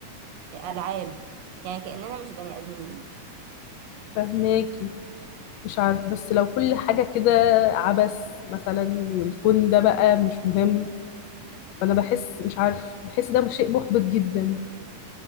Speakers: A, on the right; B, on the left.
A: ألعاب يعني كأننا مش بني آدمين
B: فهماكي مش عارف بس لو كل حاجة كده عبث مثلا والكون ده بقى مش مهم فأنا بحس مش عارف بحس ده شيء محبط جدا